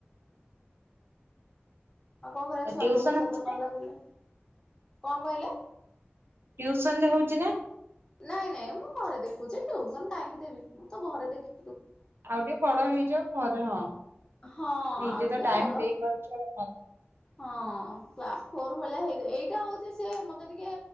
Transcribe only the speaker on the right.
ଟିଉସନ
ହଉଛି
ନା
ଟିଉସନରେ ହଉଛି ନା?
ଆଉ ଟିକେ ବଡ ହେଇଜାଉ ପରେ ହଁ
ନିଜେ
ତ ଟାଇମ
ଦେଇ ପଛ